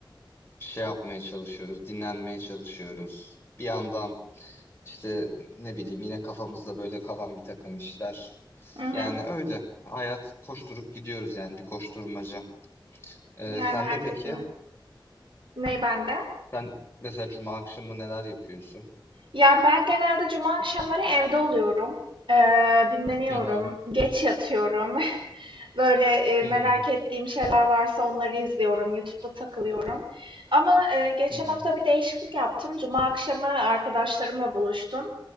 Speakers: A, on the left; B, on the right.
A: bir şey yapmaya çalışıyoruz. Dinlenmeye çalışıyoruz. Bir yandan işte ne bileyim yine kafamızda böyle kalan bir takım işler.
B: Hı hı.
A: Yani öyle. Hayat koşturup gidiyoruz yani bir koşturmaca. Ee,
B: Yani
A: sen
B: herkesin.
A: de peki?
B: Ney bende?
A: Sen mesela cuma akşamı neler yapıyorsun?
B: Ya ben genelde cuma akşamları evde oluyorum. Ee, dinleniyorum,
A: Hı hı.
B: geç yatıyorum. <laughs> Böyle, eee,
A: Hı
B: merak
A: hı.
B: ettiğim şeyler varsa onları izliyorum, YouTube'da takılıyorum. Ama, eee, geçen
A: Hı hı.
B: hafta bir değişiklik yaptım. Cuma akşamı arkadaşlarımla buluştum.